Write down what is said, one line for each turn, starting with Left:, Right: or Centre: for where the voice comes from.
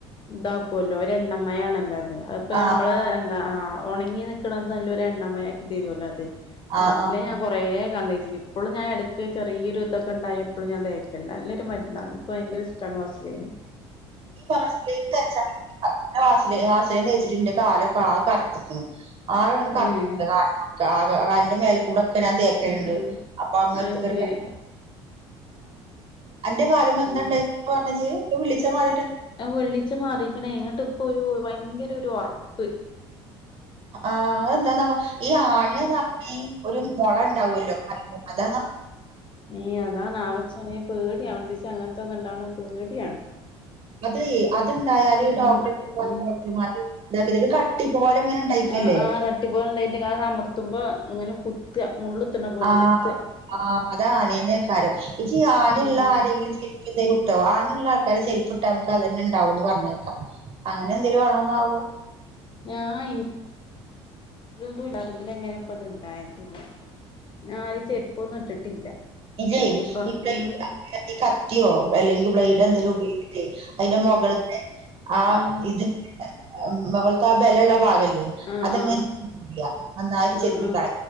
Left: ഇതാക്കോലോ ഒരു എണ്ണമ്മയാണല്ലോ അത് അതിപ്പഞാമ്മള്
Right: ആഹ് ആഹ്
Left: എന്താ ആ ഉണങ്ങി നിക്കണത് നല്ലൊരു എണ്ണമയാക്കി തരോലത് വാസ്ലിൻ
Right: ആഹ് ആഹ്
Left: ഞാൻ കൊറേകാലം പിന്നെപ്പളും ഞാൻ എടക്ക് ചെറിയൊരു ഇതൊക്കെ ഇണ്ടായ എപ്പളും ഞാൻ തേക്കലിൻഡ് നല്ലൊരു മരുന്നാണ് ഇൻക്ക് ഭയങ്കര ഇഷ്ട്ടാണ് വാസ്ലിന്
Right: ഈ വാസ്ലിൻ തേച്ചാൽ <inaudible> വാസ്ലിന് വാസ്ലിന് തേച്ചിട്ടിന്റെ കാ <unintelligible> കർത്ത്ക്കിണ് ആഗങ്ങട്ട് കർത്തിക്കിന്
Left: ഏഹ്
Right: കലിമക്കെ ആകെ കാലിന്റെ മേലക്കൂടെ ഒക്കെ ഞാൻ തേക്കലിണ്ട്
Left: ഉം ഉം
Right: അപ്പൊ അങ്ങനത്തെ
Left: അത്
Right: ഒരു
Left: ശരി
Right: <inaudible> അന്റെ കാലിമ്മേ എന്താ
Left: ഉം
Right: ഇണ്ടായി <unintelligible> പറഞ്ഞ ഇജ്ജ് ഈ വിള്ളിച്ച മാറിട്ട്
Left: വിള്ളിച്ച മാറിക്കിണേയ്യ് ഇന്നട്ട് ഇപ്പൊ ഒരു ഭയങ്കരഒരുഒറപ്പ്
Right: ആഹ് അത് എന്താ ഈ ആണിയ നാ <unintelligible> ഒരു മൊള ഇണ്ടാവൊല്ലോ അതാ
Left: ഏഹ് അതാനവോ ഇച്ചാണെൽ പേടിയവിണ്ട് ഇച്ച് അങ്ങതൊക്ക ഇണ്ടാവിനെ പേടിയാണ്
Right: അതേയ് അത്ണ്ടായാൽ
Left: ഉം
Right: ഡോക്ടുത്ത് പോയാൽ
Left: ഉം
Right: ഡോക്ടർമാര് <inaudible> കട്ടി പോലെ ഇങ്ങനെ ഇണ്ടായിക്കല്ലേ
Left: ആഹ് ആഹ്‌ കട്ടി പോല ഇണ്ടായിട്ട് <unintelligible> അമർത്തുമ്പോ ഇങ്ങനെ കുത്ത മുള്ളുത്തണ പോലെ
Right: ആഹ്‌
Left: കുത്ത
Right: ആ അതാണ്ണ്യന്നെക്കാരം ഇജ്ജ് ഈ ആണിള്ള
Left: ഉം
Right: ആരെങ്കിലും ചെരിപ്പ് എന്തേലും ട്ടോ ആണിള്ള ആൾക്കാരെ ചെരിപ്പിട്ട ഞമ്മക്ക് അതന്നെ ഇണ്ടാവുന്ന് പറഞ്ഞേക്കാ അങ്ങനെ എന്തേലും ആണോന്നാവോ
Left: ഞാ ഇൻ <unintelligible> അറീല എങ്ങനെ ഇപ്പോ ഇത്ണ്ടായതിന്ന്. ഞാൻ ആരേം ചെര്പ്പൊന്നും ഇട്ടിട്ടില്ല
Right: ഇജ്ജ്
Left: ഇനിയിപ്പ
Right: ഇ ക്കെയ്യ്
Left: ഉം
Right: <unintelligible> ഇ കത്തിയോ അല്ലെങ്കി ബ്ലൈഡ്
Left: ഉം
Right: എന്തെലും ഉപയോഗിക്കെ അയ്‌ന്റെ
Left: ഉം
Right: മൊ മൊകള്ത്തെ ആഹ്
Left: ഉം
Right: ഇതി <unintelligible> മൊകൾത്ത ആഹ് ബെലള്ള ഭാഗ ല്യേ
Left: ആഹ്
Right: അതങ്ങ്
Left: ആഹ്
Right: <inaudible> നന്നായിട്ട്
Left: ആഹ്
Right: ചെത്തിക്കള.